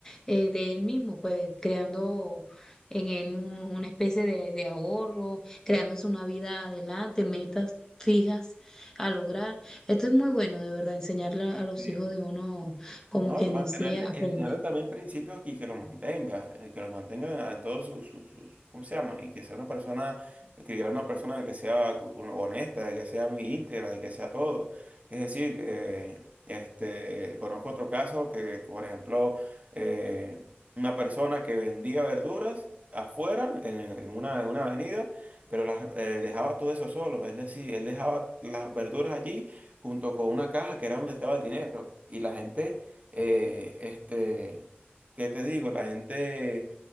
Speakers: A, on the left; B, on the right.
A: eh, de él mismo, pues creando en él un- una especie de, de ahorro, creándose una vida adelante, metas fijas a lograr. Esto es muy bueno, de verdad, enseñarle a los
B: Sí.
A: hijos de uno, como
B: No,
A: quien
B: y mantenerle,
A: dice, aprender
B: enseñarle también principios y que los mantenga, eh, que los mantenga en todos sus, sus, sus- ¿cómo se llama? Y que sea una persona, que sea una persona de que sea honesta, de que sea muy íntegra, de que sea todo. Es decir, eh, este, conozco otro caso que, que, por ejemplo, eh, una persona que vendía verduras afuera, en, en una, en una avenida, pero las, eh, dejaba todo eso solo, es decir, él dejaba las verduras allí junto con una caja que era donde estaba el dinero. Y la gente eh, este, ¿qué te digo? La gente